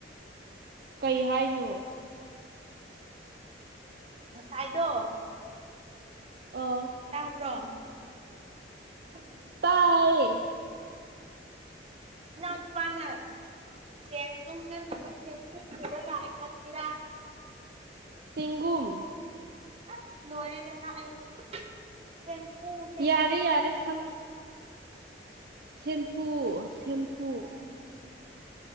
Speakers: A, on the right; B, on the right.
A: ꯀꯩ ꯍꯥꯏꯅꯣ
B: ꯉꯁꯥꯏꯗꯣ
A: ꯑꯣ
B: ꯇꯥꯕ꯭ꯔꯣ <inaudible>
A: ꯑꯥꯏꯌꯦ
B: ꯏꯅꯥꯎꯅꯨꯄꯥꯅ ꯁꯦꯟ ꯇꯨꯡꯁꯟꯅꯕ ꯁꯦꯟꯐꯨ ꯄꯨꯔꯥ ꯂꯥꯑꯦ ꯍꯥꯏꯕꯒꯤꯔꯥ
A: ꯆꯤꯡꯒꯨꯝ
B: ꯑꯁ ꯂꯣꯏꯔꯦꯗꯅ ꯑꯩꯗꯤ ꯁꯦꯟꯄꯨ
A: ꯌꯥꯔꯦ ꯌꯥꯔꯦ ꯈꯪꯉꯦ ꯁꯦꯝꯐꯨ ꯁꯦꯝꯐꯨ-
B: ꯎꯝ